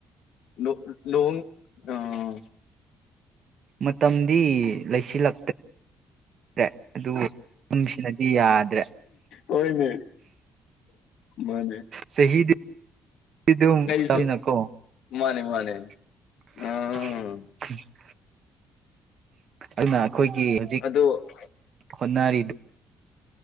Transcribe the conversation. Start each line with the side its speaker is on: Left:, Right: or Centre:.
Left: ꯂꯨ ꯂꯨꯍꯣꯡ ꯑꯥ
Right: ꯃꯇꯝꯗꯤ ꯂꯩꯁꯤꯜꯂꯛꯇꯦ ꯭ꯔꯦ ꯑꯗꯨꯕꯨ <unintelligible> ꯁꯤꯅꯗꯤ ꯌꯥꯗ꯭ꯔꯦ
Left: ꯍꯣꯏꯅꯦ ꯃꯥꯅꯦ
Right: ꯆꯍꯤꯗꯤ ꯑꯗꯨꯝ
Left: ꯑꯩꯁꯨ
Right: ꯇꯝꯅꯤꯅꯀꯣ
Left: ꯃꯥꯅꯦ ꯃꯥꯅꯦ
Right: <inaudible>
Left: ꯎꯝ
Right: ꯑꯗꯨꯅ ꯑꯩꯈꯣꯏꯒꯤ ꯍꯧꯖꯤꯛ
Left: ꯑꯗꯨ
Right: ꯍꯣꯠꯅꯔꯤꯗꯨ